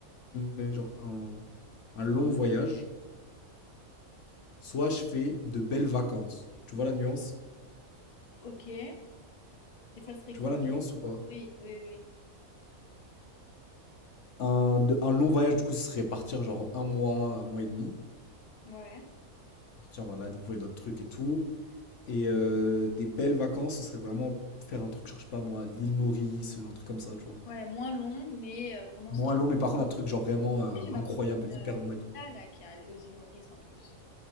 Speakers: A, on the left; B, on the left.
A: j'ai genre un, un long voyage soit je fais de belles vacances. Tu vois la nuance?
B: ok. Et ça serait
A: Tu
B: quoi?
A: vois la nuance ou pas?
B: Oui, oui,
A: Un, de- un long voyage, du coup, ce serait partir genre un mois, un mois et demi.
B: oui. Ouais.
A: Partir, voilà, découvrir d'autres trucs et tout. Et euh, des belles vacances, ce serait vraiment faire un truc, genre, je sais pas moi, l'île Maurice, un truc comme ça, tu vois.
B: Ouais, moins long, mais euh, vraiment
A: Moins
B: stylé.
A: long, mais par contre, un truc genre vraiment euh,
B: J'ai ma
A: incroyable,
B: copine, heu,
A: hyper long et tout.
B: Rita là, qui est allée aux îles Maurice en plus.